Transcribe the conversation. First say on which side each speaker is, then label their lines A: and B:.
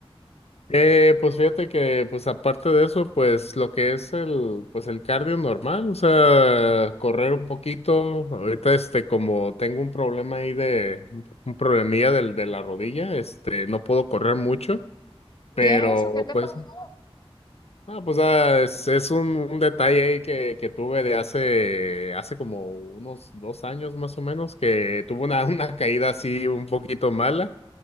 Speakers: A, on the left (about 85°); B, on the left (about 45°).
A: Eh, pues fíjate que, pues aparte de eso, pues lo que es el, pues el cardio normal, o sea, correr un poquito. Ahorita, este, como tengo un problema ahí de, un problemilla del, de la rodilla, este, no puedo correr mucho, pero
B: ¿Y eso qué te
A: pues,
B: pasó?
A: ah, pues ah, es, es un, un detalle ahí que, que tuve de hace, hace como unos dos años más o menos, que tuve una, <laughs> una caída así un poquito mala.